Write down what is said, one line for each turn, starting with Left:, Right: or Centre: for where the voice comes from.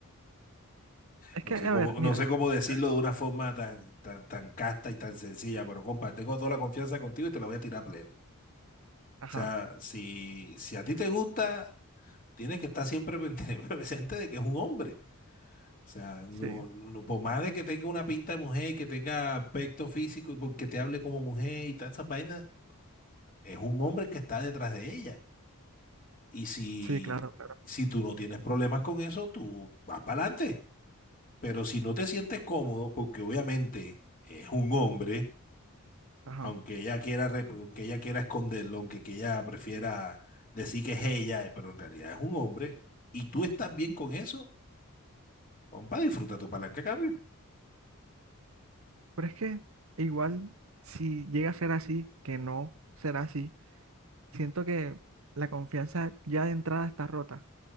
Right: Es
Left: no
Right: que,
Left: sé
Right: a
Left: cómo,
Right: ver, mira.
Left: no sé cómo decirlo
Right: Mira.
Left: de una forma tan, tan, tan casta y tan sencilla, pero compa, tengo toda la confianza contigo y te la voy a tirar plena.
Right: Ajá.
Left: O sea, si, si a ti te gusta, tienes que estar siempre pente- <laughs> presente de que es un hombre. O sea, no,
Right: Sí.
Left: no, por más de que tenga una pinta de mujer y que tenga aspecto físico y porque te hable como mujer y todas esas vainas, es un hombre que está detrás de ella. Y si,
Right: Sí, claro, claro.
Left: si tú no tienes problemas con eso, tú vas para adelante. Pero si no te sientes cómodo, porque obviamente es un hombre,
Right: Ajá.
Left: aunque ella quiera, rep- aunque ella quiera esconderlo, aunque que ella prefiera decir que es ella, eh, pero en realidad es un hombre, y tú estás bien con eso, compa, disfruta tu palanca a cambio.
Right: Pero es que igual, si llega a ser así, que no será así, siento que la confianza ya de entrada está rota.